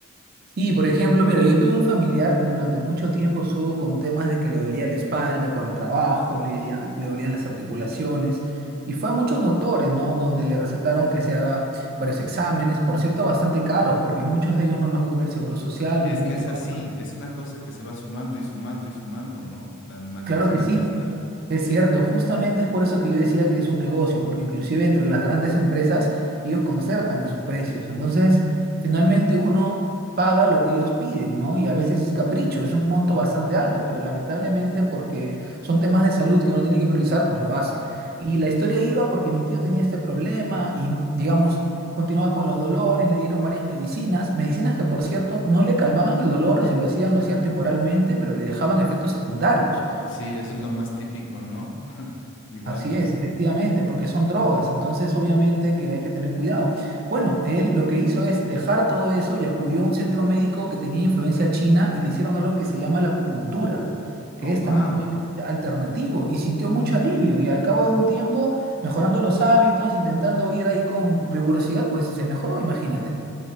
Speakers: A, on the right; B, on the left.
A: Y, por ejemplo, mira, yo tuve un familiar que durante mucho tiempo estuvo con temas de que le dolía la espalda por el trabajo, le dolían, le dolían las articulaciones y fue a muchos doctores, ¿no? Donde le recetaron que se haga varios exámenes, por cierto, bastante caros porque muchos de ellos no los cubre el seguro social,
B: Es
A: no tiene
B: que
A: que
B: es
A: pagar.
B: así, es una cosa que se va sumando y sumando y sumando, ¿no? La mandosina
A: Claro que sí,
B: tradicional.
A: Es cierto, justamente es por eso que yo decía que es un negocio, porque inclusive entre las grandes empresas ellos concertan a sus precios. Entonces, finalmente uno paga lo que ellos piden, ¿no? Y a veces es capricho, es un monto bastante alto, pero lamentablemente porque son temas de salud que uno tiene que priorizar, pues lo hace. Y la historia iba porque mi tío tenía este problema y, digamos, continuaba con los dolores, le dieron varias medicinas, medicinas que, por cierto, no le calmaban el dolor y si lo hacían, lo hacían temporalmente, pero le dejaban efectos secundarios
B: Sí, eso es lo más típico, ¿no? <laughs> Igual.
A: Así es, efectivamente, porque son drogas, entonces obviamente que hay que tener cuidado. Bueno, él lo que hizo es dejar todo eso y acudió a un centro médico que tenía influencia china y le hicieron algo que se llama la acupuntura, que
B: Oh, wow.
A: es también obviamente alternativo y sintió mucho alivio y al cabo de un tiempo, mejorando los hábitos, intentando ir ahí con rigurosidad, pues se mejoró, imagínate.